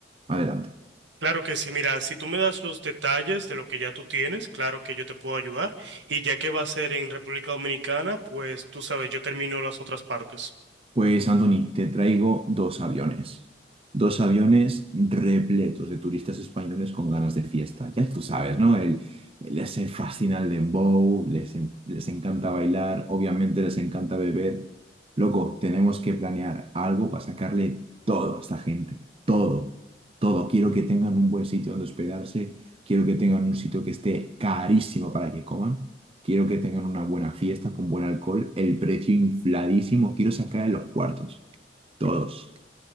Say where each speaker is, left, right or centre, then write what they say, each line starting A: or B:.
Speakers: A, on the right; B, on the right.
A: Adelante.
B: Claro que sí, mira, si tú me das los detalles de lo que ya tú tienes, claro que yo te puedo ayudar. Y ya que va a ser en República Dominicana, pues tú sabes, yo termino las otras partes.
A: Pues, Anthony, te traigo dos aviones. Dos aviones repletos de turistas españoles con ganas de fiesta. Ya tú sabes, ¿no? El, les fascina el dembow, les, en- les encanta bailar, obviamente les encanta beber. Loco, tenemos que planear algo para sacarle todo a esta gente. Todo, todo. Quiero que tengan un buen sitio donde hospedarse. Quiero que tengan un sitio que esté carísimo para que coman quiero que tengan una buena fiesta con buen alcohol, el precio infladísimo, quiero sacar en los cuartos, todos.